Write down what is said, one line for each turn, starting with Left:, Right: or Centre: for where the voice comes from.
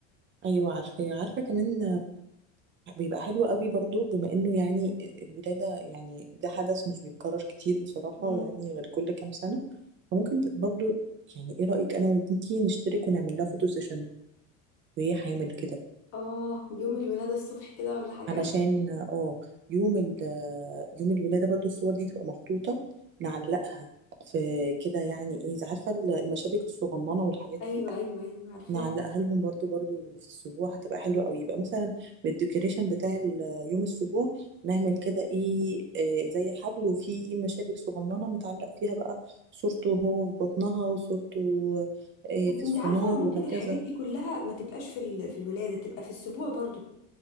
Right: أيوة عارفة عارفة كمان بيبقى حلو قوي برضو بما انه يعني الولادة يعني ده حدث مش بيتكرر كتير بصراحة
Left: مم.
Right: يعني غير كل كام سنة فممكن ت- برضو يعني ايه رأيك انا وبنتي نشترك ونعمل لها فوتو سيشن وهي حامل كده
Left: اه يوم الولادة الصبح كده ولا حاجة
Right: علشان اه يوم ال يوم الولادة برضو الصور دي تبقى محطوطة نعلقها في كده يعني ايه إذا عارفة المشابك الصغننة والحاجات
Left: ايوه
Right: دي
Left: ايوه ايوه عارفاه
Right: نعلقها لهم برضو برضو في السبوع هتبقى حلوة قوي يبقى مثلا من الديكوريشن بتاع ال- آه، يوم السبوع نعمل كده ايه آه، زي حبل وفيه ايه مشابك صغننة متعلق فيها بقى صورته وهو في بطنها وصورته آه،
Left: بس
Right: في
Left: انت
Right: السونار
Left: عارفه ممكن
Right: وهكذا
Left: الحاجات دي كلها ما تبقاش في ال... في الولاده تبقى في السبوع برضو